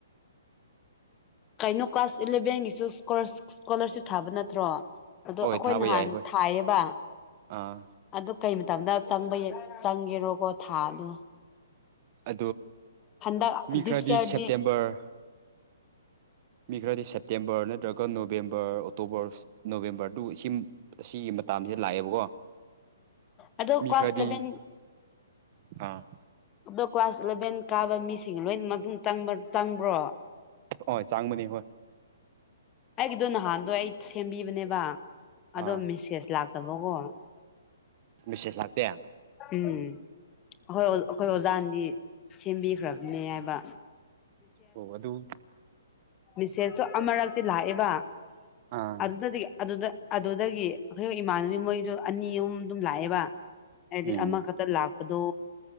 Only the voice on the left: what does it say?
ꯀꯩꯅꯣ ꯀ꯭ꯂꯥꯁ ꯏꯂꯦꯚꯦꯟꯒꯤꯁꯨ ꯏꯁꯀꯣꯂꯥꯔꯁꯤꯞ ꯊꯥꯕ ꯅꯠꯇ꯭ꯔꯣ ꯑꯗꯣ
ꯑꯩꯈꯣꯏ
ꯅꯍꯥꯟ
ꯊꯥꯏꯌꯦꯕ
ꯑꯗꯨ ꯀꯩ ꯃꯇꯝꯗ ꯆꯪꯕ ꯆꯪꯒꯦꯔꯣꯀꯣ ꯊꯥꯗꯣ
ꯍꯟꯗꯛ
ꯗꯤꯁ
ꯌꯔꯗꯤ
ꯑ ꯑꯗꯣ
ꯀ꯭ꯂꯥꯁ
ꯂꯂꯚꯦꯟ
ꯑꯗꯣ ꯀ꯭ꯂꯥꯁ ꯏꯂꯚꯦꯟ ꯀꯥꯕ ꯃꯤꯁꯤꯡ ꯂꯣꯏꯅ ꯆꯪꯕ꯭ꯔꯣ
ꯑꯩꯒꯤꯗꯣ ꯅꯍꯥꯟꯗꯣ ꯑꯩ ꯁꯦꯝꯕꯤꯕꯅꯦꯕ ꯑꯗꯣ
ꯃꯦꯁꯦꯁ ꯂꯥꯛ ꯇꯕꯒꯣ
ꯎꯝ ꯍꯣꯏ ꯑꯩꯈꯣꯏ ꯑꯣꯖꯥꯅꯗꯤ ꯁꯦꯝꯕꯤꯈ꯭ꯔꯕꯅꯦ ꯍꯥꯏꯕ
ꯃꯤꯦꯁꯦꯁꯇꯣ ꯑꯃꯔꯛꯇꯤ ꯂꯥꯛꯑꯦꯕ
ꯑꯗꯨꯅꯗꯤ ꯑꯗꯨꯗ ꯑꯗꯨꯗꯒꯤ ꯑꯩꯈꯣꯏ ꯏꯃꯥꯟꯅꯕꯤ ꯃꯣꯏꯒꯤꯁꯨ ꯑꯅꯤ ꯑꯍꯨꯝ ꯑꯗꯨꯝ ꯂꯥꯛꯑꯦꯕ ꯋꯥ ꯍꯥꯏꯗꯤ
ꯑꯃꯈꯛꯇ ꯂꯥꯛꯄꯗꯣ